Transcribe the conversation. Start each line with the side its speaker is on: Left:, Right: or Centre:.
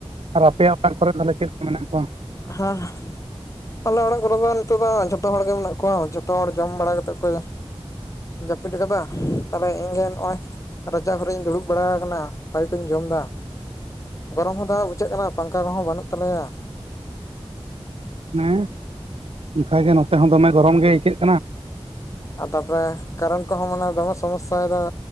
Right: ᱟᱨ ᱟᱯᱮᱭᱟᱜ ᱚᱲᱟᱜ ᱠᱚᱨᱮ ᱛᱟᱦᱚᱞᱮ ᱪᱮᱫ ᱞᱮᱠᱟ ᱢᱮᱱᱟᱜ ᱠᱚᱣᱟ
Left: ᱟᱦᱟᱸ ᱟᱞᱮ ᱚᱲᱟᱜ ᱠᱚᱨᱮ ᱢᱟ ᱱᱤᱛᱚᱜ ᱢᱟ ᱡᱷᱚᱛᱚ ᱦᱚᱲᱜᱮ ᱢᱮᱱᱟᱜ ᱠᱚᱣᱟ ᱡᱷᱚᱛᱚ ᱦᱚᱲ ᱡᱚᱢ ᱵᱟᱲᱟ ᱠᱟᱛᱮᱫ ᱠᱚ ᱡᱟ ᱡᱟᱹᱯᱤᱫ ᱟᱠᱟᱫᱟ ᱛᱟᱦᱞᱮ ᱤᱧ ᱦᱚᱸ ᱱᱚᱜᱼᱚᱭ ᱨᱟᱪᱟ ᱠᱷᱨᱤᱧ ᱫᱩᱲᱩᱵ ᱵᱟᱲᱟ ᱟᱠᱟᱱᱟ ᱦᱚᱭ ᱠᱩᱧ ᱡᱚᱢ ᱫᱟ ᱜᱚᱨᱚᱢ ᱦᱚᱸ ᱫᱚᱢᱮ ᱵᱩᱡᱷᱟᱹᱜ ᱠᱟᱱᱟ ᱯᱟᱝᱠᱷᱟ ᱠᱚᱦᱚᱸ ᱵᱟᱹᱱᱩᱜ ᱛᱟᱞᱮᱭᱟ
Right: ᱦᱮᱸ ᱚᱱᱠᱟᱜᱮ ᱱᱚᱛᱮ ᱦᱚᱸ ᱫᱚᱢᱮ ᱜᱚᱨᱚᱢ ᱜᱮ ᱟᱹᱭᱠᱟᱹᱜ ᱠᱟᱱᱟ
Left: ᱟᱨ ᱛᱟᱯᱚᱨᱮ ᱠᱟᱨᱮᱱᱴ ᱠᱚᱦᱚᱸ ᱢᱟᱱᱮ ᱫᱚᱢᱮ ᱥᱚᱢᱚᱥᱥᱟᱭ ᱫᱟᱭ